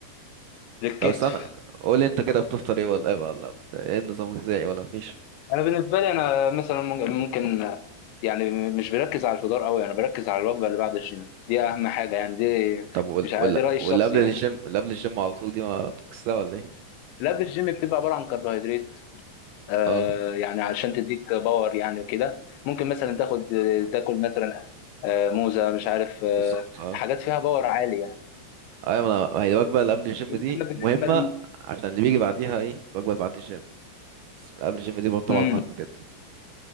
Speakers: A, on the left; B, on the right.
A: للكتف
B: طب استنى قول انت كده بتفطر ايه ولا ايه بقى؟ ولا بت- ايه النظام الغذائي ولا مفيش
A: انا بالنسبه لي انا مثلا ممكن ممكن يعني مش بركز على الفطار قوي يعني بركز على الوجبه اللي بعد الجيم دي اهم حاجه يعني دي
B: طب ولا
A: مش عارف
B: ولا
A: دي رايي
B: ولا
A: الشخصي
B: قبل الجيم
A: يعني
B: ولا قبل الجيم على طول دي ما بتكسلها ولا ايه
A: اللي قبل الجيم بتبقى عباره عن كربوهيدرات آه
B: اه
A: يعني علشان تديك باور يعني وكده ممكن مثلا تاخد تاكل مثلا آه موزه مش عارف آه
B: بالظبط اه
A: حاجات فيها باور عالي يعني
B: ايوه ما انا ما هي الوجبه اللي قبل الجيم دي
A: اما بالنسبه
B: مهمه
A: لل-
B: عشان اللي بيجي بعديها ايه الوجبه اللي بعد الجيم بس قبل الجيم دي برضه طبعا
A: مم.
B: مهمه جدا